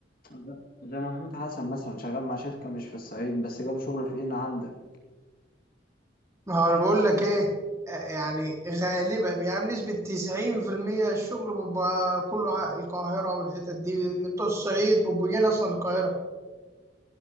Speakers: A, on the left; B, on the right.
A: لا، زي محمود حسن مثلا شغال مع شركة مش في الصعيد بس جاله شغل في ان عندك
B: ما هو أنا بقول لك إيه آه، يعني غالبا يعني بنسبة 90% الشغل بيبقى كله ع- القاهرة والحتت دي لأن بتوع الصعيد بيبقوا جايين أصلا القاهرة